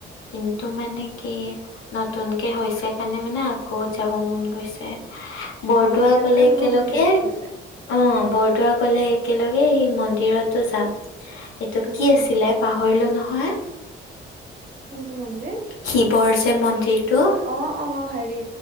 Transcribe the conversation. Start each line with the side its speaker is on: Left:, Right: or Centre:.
Left: কিন্তু মানে
Right: অ,
Left: কি, নতুনকে হৈছে কাৰণে মানে আকৌ যাব মন গৈছে। বৰদোৱা
Right: অ, এতিয়া
Left: গ'লে
Right: বোলে বহুত
Left: একেলগে,
Right: ধুনীয়া কৰিলে।
Left: অ বৰদোৱা গ'লে একেলগে সেই মন্দিৰতো যাম। এইটো
Right: উম,
Left: কি
Right: উম,
Left: আছিলে? পাহৰিলো নহয়।
Right: কোনটো মন্দিৰ?
Left: শিৱৰ যে মন্দিৰটো।
Right: অ অ হেৰি,